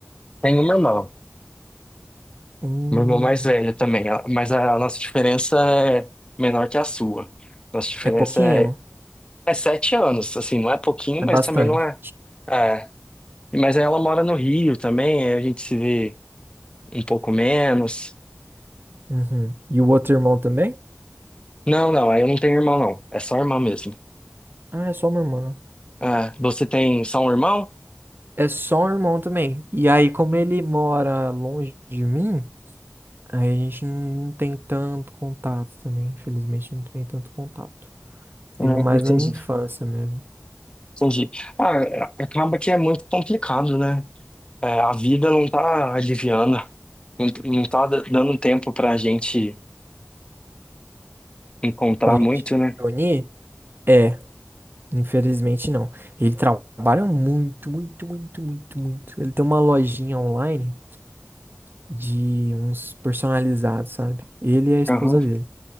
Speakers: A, on the left; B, on the right.
A: Tenho uma irmã.
B: Hum,
A: Uma irmã mais velha também. ela- Mas a nossa diferença é menor que a sua. Nossa diferença
B: é pouquinho?
A: é, é sete anos. Assim, não é pouquinho,
B: É
A: mas
B: bastante.
A: também não é. É. Mas ela mora no Rio também. aí A gente se vê um pouco menos.
B: Uhum. E o outro irmão também?
A: Não, não. Aí eu não tenho irmão, não. É só irmã mesmo.
B: Ah, é só uma irmã.
A: Ah, você tem só um irmão?
B: É só um irmão também. E aí, como ele mora longe de mim, aí a gente não tem tanto contato também. Infelizmente, não tem tanto contato. Teve
A: Ah,
B: mais
A: entendi.
B: na minha infância mesmo.
A: Entendi. Ah, acaba que é muito complicado, né? É, a vida não tá aliviando, não, não tá da- dando tempo pra gente encontrar
B: Pra gente
A: muito,
B: se
A: né?
B: reunir? É, infelizmente não. Ele trabalha muito, muito, muito, muito, muito. Ele tem uma lojinha online de uns personalizados, sabe? Ele e a esposa
A: Aham.
B: dele.